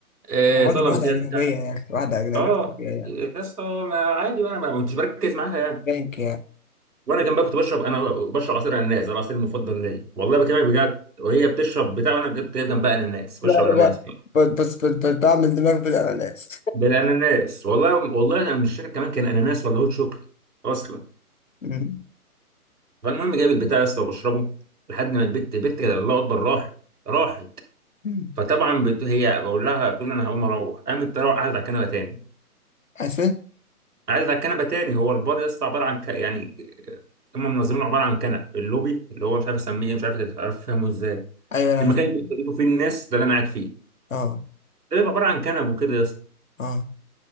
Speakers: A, on the right; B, on the left.
A: آه
B: يا راجل
A: طلبت
B: واحده
A: هي البتاع
B: اجنبيه يا اخي واحده اجنبيه
A: اه
B: جايه
A: يا اسطى ما عادي بقى انا ما كنتش بركز معاها يعني
B: بنك
A: وانا كان بقى كنت بشرب انا بشرب عصير اناناس ده العصير المفضل ليا والله بكلمك بجد وهي بتشرب بتاع وانا جبت جايب جنبها اناناس
B: لا
A: بشرب
B: لا
A: اناناس
B: بقى بس بس بس بس بعمل دماغ بالأناناس
A: بالاناناس والله والله انا مش فاكر كمان كان اناناس ولا هوت شوكليت اصلا
B: <laughs> مم.
A: فالمهم جايب البتاع يا اسطى وبشربه لحد ما البت البت كده الله اكبر راحت راحت
B: مم.
A: فطبعا بت... هي بقول لها بتقول انا هقوم اروح قامت تروح قعدت على الكنبه تاني
B: عارفين؟
A: قعدت على الكنبه تاني هو البار يا اسطى عباره عن ك... يعني هم منظمينه عباره عن كنب اللوبي اللي هو مش عارف اسميه إيه، مش عارف عارف فاهمه ازاي
B: أيوه أنا عارف
A: المكان
B: اللون.
A: اللي بيستضيفوا فيه الناس ده اللي انا قاعد فيه
B: أه
A: ده بيبقى عباره عن كنب وكده يا اسطى
B: أه